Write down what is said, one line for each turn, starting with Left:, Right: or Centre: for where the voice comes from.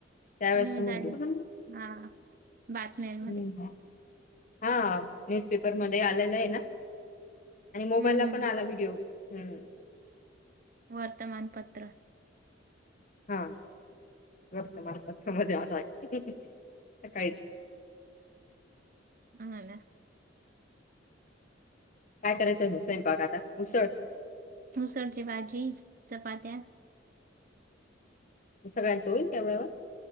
Left: त्यावेळेस
Right: न्यूज
Left: समजलं.
Right: आणि हां. बातम्यांमध्ये.
Left: हं. हां. न्यूजपेपरमध्ये आलेलंय ना? आणि मोबाईलला
Right: हं, हं.
Left: पण आला व्हिडिओ. हम्म.
Right: वर्तमानपत्र.
Left: हां. वर्तमानपत्रामध्ये आलाय सकाळीच.
Right: <unintelligible>
Left: काय करायचंय म स्वयंपाक आता? उसळ.
Right: उसळची भाजी. चपात्या.
Left: सगळ्यांचं होईल त्याव-